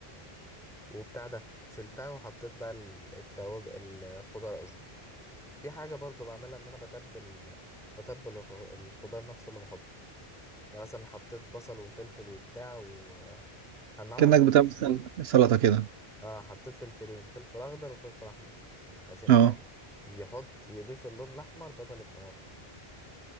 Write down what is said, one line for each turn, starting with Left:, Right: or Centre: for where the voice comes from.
Centre: وبتاع ده شلتها وحطيت بقى ال- التوابل الخضار قصدي في حاجة برضو بعملها ان انا بتبل بتبل الخ- الخضار نفسه اللي بحطه يعني مثلا حطيت بصل وفلفل وبتاع و النهارده
Right: كأنك
Centre: حطيت
Right: بتعمل سل- سلطه كده
Centre: اه حطيت فلفلين فلفل اخضر وفلفل احمر عشان
Right: اه
Centre: فاهم يحط يضيف اللون الاحمر بدل الطماطم